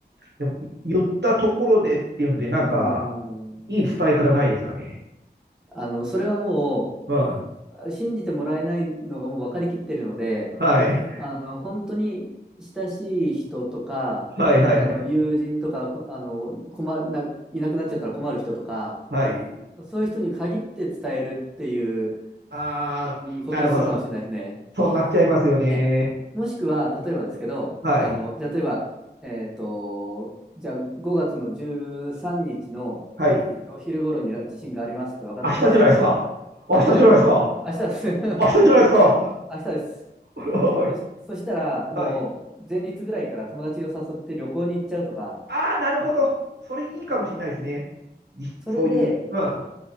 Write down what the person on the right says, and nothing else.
でも、言ったところでっていうんで、なんか、
いい伝え方ないですかね。
うん
はい。
はいはいはい。
はい。
ああ、
なるほど。そうなっちゃいますよね。
はい。
はい。
明日じゃないですか。明日じゃないですか。
明日じゃないですか。
はい。
はい。
ああ、なるほど。それいいかもしれないですね。いそういう。
うん。